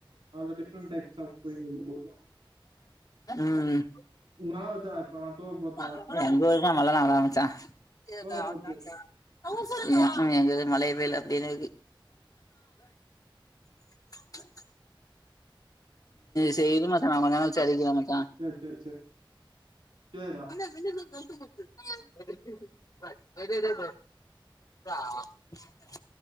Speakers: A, on the right; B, on the left.
A: அவுள்தா டிப்ரன்ட் டைப்ஸ் ஆப் பொய்னு இருக்கு எப்பினா
B: ம்
A: ஒரு தட்வ போறா டூ ஓ கிளாக்
B: <unintelligible>
A: தூர போத்து
B: ம் ம் அப்டே மழயே பெய்ல அப்டேதா இருக்கு <inaudible> செரி இரு மச்சான நா கொஞ்ச நேர கழிச்சு அடிக்கிறே மச்சா
A: சேரி சேரி சேரி சேரிடா
B: <unintelligible> <unintelligible>